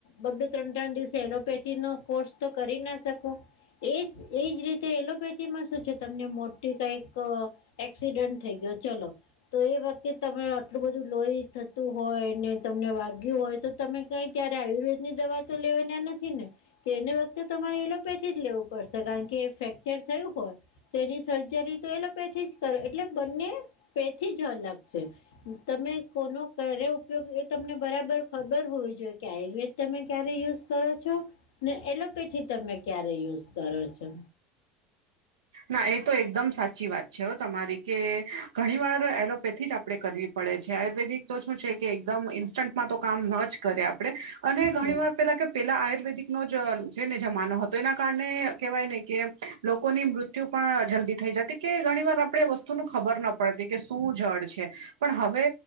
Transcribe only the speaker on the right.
ના એ તો એકદમ સાચી વાત છે તમારી કે ઘણી વાર એલોપેથી જ આપ આપણે કરવી પડે છે આયુર્વેદિક તો શું છે કે એકદમ ઇન્સ્ટન્ટમાં તો કામ ન જ કરે આપણ <inaudible> અને ઘણી
વાર પેલા કે પેલા આયુર્વેદિક નો જ છે ને જમાનો હતો એના કારણે કહેવાય ને કે લોકોની મૃત્ય તે પણ જલ્દી થઈ જતી કે ઘણી વાર આપણે વસ્તુ ની ખબર ના પડતી કે શું જડ છે? પણ હવે